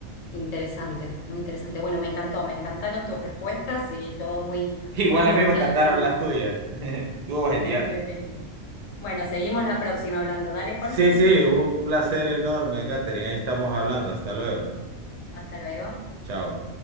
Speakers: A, on the left; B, on the right.
A: Interesante, muy interesante. Bueno, me encantó, me encantaron tus respuestas y todo muy,
B: <laughs> Igual
A: muy iluminador
B: a mí me cataron
A: y
B: las tuyas. <laughs> Estuvo genial.
A: entretenido. Bueno, seguimos la próxima hablando. Dale,
B: Sí,
A: Jorge.
B: sí, un placer enorme, Catherine. Ahí estamos hablando. Hasta luego.
A: Hasta luego.
B: Chao.